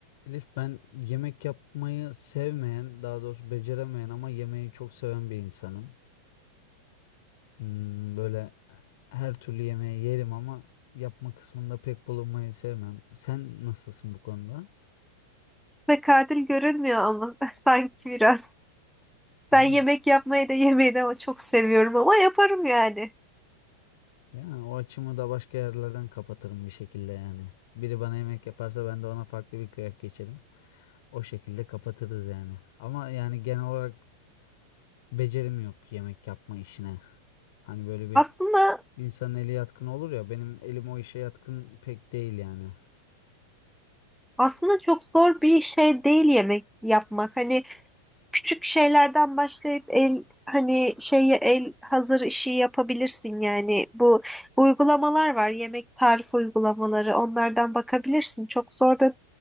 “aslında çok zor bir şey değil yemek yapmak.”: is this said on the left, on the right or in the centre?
Centre